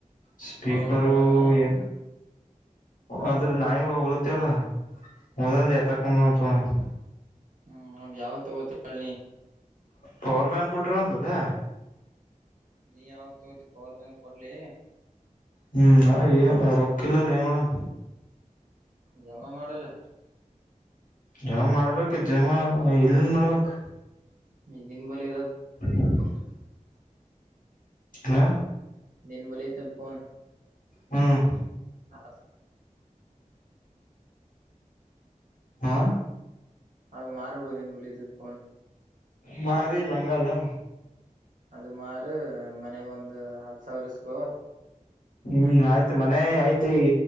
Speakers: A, on the left; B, on the right.
A: ಸ್ಪೀಕರು
B: ಕಾಲ್ ಮಾಡ್ಕೊಂಡ್ ಬರಮ್ಮ
A: ಎ ಅದ ರ ನಾಲಿಗ್ಗ ಹೊಳತಿವಲ್ ಹೋದಲ್ಲಿ ಎತ್ತಾಕ್ಕೊಂಡು ಬಾರಮ್ಮ ತಗೋವನ
B: ಹ್ಮ್ ನೋಡ್ರಿ ಯಾವ ತಗೋತಿ ಏಳ್ ನಿ
A: ಪವರ್ ಬ್ಯಾಂಕ್ ಕೊಲ್ಟ್ರಅಂತ ಲೆ
B: ನೀ ಯಾವಾಗ ತೊತಿ ಪವರ್ ಬ್ಯಾಂಕ್ ಕೊಡ್ಲಿ
A: ಹ್ಮ್ ನ ರೊಕ್ಕ ಇಲ್ಲಲೇ ಏನ್ ಮಾ ಡಮ್
B: ಜಮಾ ಮಾಡ ಇಲ್ಲಿ
A: ಯಾವ ಮಾಡ್ಬೇಕು ಜಮ ಎಲ್ಲಿಂದ ಮಾಡ್ಬೇಕ
B: ನಿಿನ ಬಳಿ ಇರೋದು
A: <unintelligible> ಹ
B: ನೀನ್ ಬಲತಲ್ಲಫೋನ್
A: ಹ್ಮ್
B: ಹಾ
A: ಹಾ
B: ಆದದು ಮಾಾರಿಬಡುಣ ಎಂದು ವಿಳಿದ ೋನ್
A: ಮಾರಲ್ಲಂಗಾಲನು
B: ಅದ ಮಾರ ಮನಗ್ ಒಂದ್ ಹತ್ ಸಾವಿರ ಇಸ್ಕೊ
A: ಹ್ಮ್ ಆಯ್ತು ಮನೆ ಆಯ್ತು